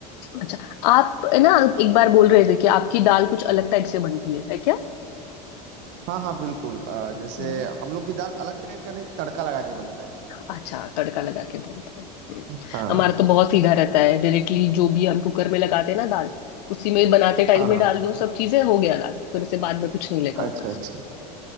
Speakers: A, on the left; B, on the right.
A: अच्छा आप है ना एक बार बोल रहे थे कि आपकी दाल कुछ अलग टाइप से बनती है है
B: हाँ हाँ बिल्कुल अ, जैसे
A: क्या
B: हम लोग की दाल अलग टाइप का नहीं तड़का लगा के बनता है
A: अच्छा तड़का लगा के बनता है हम्म।
B: हाँ
A: हमारा तो बहुत सीधा रहता है डायरेक्टली जो भी हम कुकर में लगाते हैं ना दाल उसी में बनाते टाइम
B: हाँ
A: में
B: हाँ
A: डाल दो सब चीजें हो गया दाल फिर से बाद में कुछ नहीं लगा ऊपर
B: अच्छा
A: से
B: अच्छा